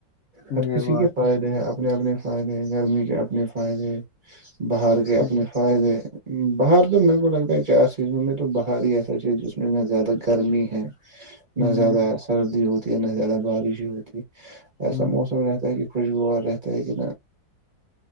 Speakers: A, on the right; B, on the left.
A: ہر
B: یہ
A: کسی
B: بات
A: کے فائدے
B: ہے
A: ہیں اپنے اپنے فائدے گرمی کے اپنے فائدے باہر کے
B: صحیح
A: اپنے فائدے باہر تو میرے کو لگتا ہے چار سیزنوں میں تو باہر ہی ایسا چیز جس میں میں زیادہ گرمی ہے
B: ہوں
A: نہ زیادہ سردی ہوتی نہ زیادہ بارش ہی ہوتی ہے ایسا
B: ہوں
A: موسم رہتا ہے کہ خوشگوا رہتا ہے کہ ن